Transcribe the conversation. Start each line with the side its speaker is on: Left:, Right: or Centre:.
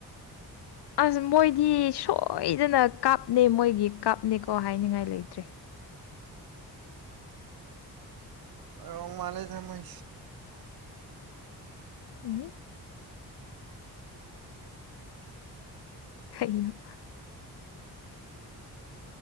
Left: ꯑꯁ ꯃꯣꯏꯗꯤ ꯁꯣꯏꯗꯅ ꯀꯥꯞꯅꯦ ꯃꯣꯏꯒꯤ ꯀꯥꯞꯅꯦꯀꯣ ꯍꯥꯏꯅꯤꯡꯉꯥꯏ ꯂꯩꯇ꯭ꯔꯦ
Right: ꯔꯣ ꯃꯥꯅꯦ ꯊꯃꯦꯥꯏ <inaudible> <unintelligible>
Left: ꯎꯝ <unintelligible> <inaudible> ꯀꯩꯅꯣ